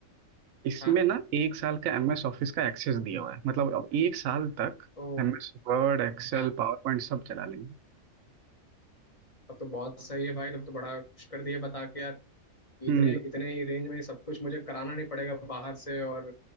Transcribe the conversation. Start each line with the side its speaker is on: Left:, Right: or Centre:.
Right: इसमें
Left: हाँ
Right: ना एक साल का एमएस ऑफिस का एक्सेस दिया हुआ है मतलब अब एक साल तक
Left: ओ
Right: MS Word Excel
Left: हाँ
Right: PowerPoint सब चला लेंगे
Left: तब तो बहुत सही है भाई तब तो बड़ा खुश कर दिए बता के यार इतने
Right: हम्म
Left: इतने ही रेंज में सब कुछ मुझे कराना नहीं पड़ेगा बाहर से और